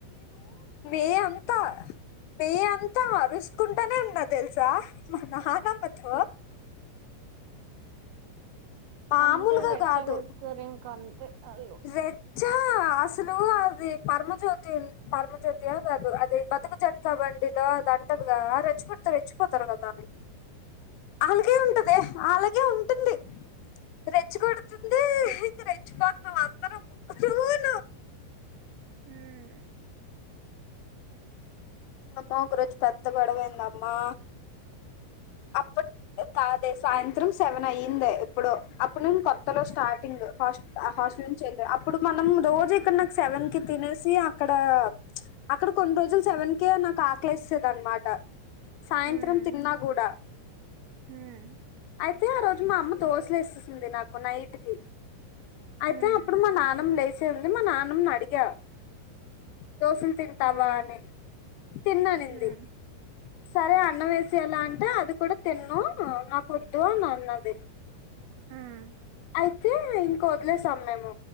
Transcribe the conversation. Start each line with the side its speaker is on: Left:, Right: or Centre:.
Left: ఏ అంత పే అంతా అరుసుకుంటానే ఉన్నా తెలుసా మా నానమ్మతో మామూలుగా
Right: అంతె రెచ్చగొట్కరి
Left: కాదు
Right: ఇంక ఆళ్ళు
Left: రెచ్చ అసలు అది పరమజ్యోతి పరమజ్యోతి అ కాదు అది అది బతుక చెట్కా బండిలో అదంటదిగా రెచ్చిపెడితే రెచ్చిపోతారు కదా అని అలాగే ఉంటదే అలాగే ఉన్ ంది రెచ్చి కొడుతుంది ఇంకా రెచ్చి పా మేమ్ అందరం ము చూలు
Right: హ్మ్
Left: అమ్మ ఒక రోజు పెద్ద గొడవైంది అమ్మా అప్పటి కాదే సాయంత్రం సెవెన్ అయ్యిందే ఎప్పుడో అప్పుడు నేను కొత్తలో స్టార్టింగ్ హాస్టల్ నుంచి అప్పుడు మనం రోజు ఇక్కడ నాకు సెవెన్ కి తినేసి అక్కడ అక్కడ కొన్ని రోజులు సెవెన్ కే నాకు ఆకలేసేసేదన్నమాట సాయంత్రం
Right: ఉమ్
Left: తిన్నా కూడా
Right: ఉమ్
Left: అయితే ఆ రోజు మా అమ్మ దోసలే సేసింది నాకు నైట్ కి అయితే
Right: ఉమ్
Left: అప్పుడు మా నాన్నమ్మ లేచే ఉంది మా నాన్నమ్ని అడిగా దోసులు తింటావా
Right: ఉమ్
Left: అని తిన్ననింది
Right: ఉమ్
Left: సరే అన్నం వేసేయలా అంటే అది కూడా తిన్ను నాకు వద్దు అని అన్నది
Right: ఉమ్
Left: అయితే ఇంక వదిలేసాం మేము